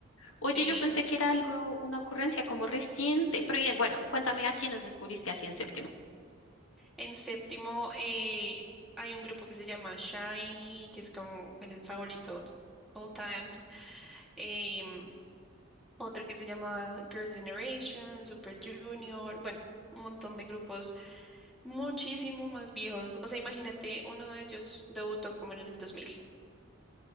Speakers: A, on the left; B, in the centre.
A: Oye,
B: sí.
A: yo pensé que era algo, una ocurrencia como reciente. Pero bien, bueno, cuéntame a quiénes descubriste así en séptimo.
B: En séptimo eh, hay un grupo que se llama SHINee, que es como el favorito all times. Em, Otro que se llama Girls' Generation, Super Junior, bueno, un montón de grupos muchísimo más viejos. O sea, imagínate, uno de ellos debutó como en el 2000.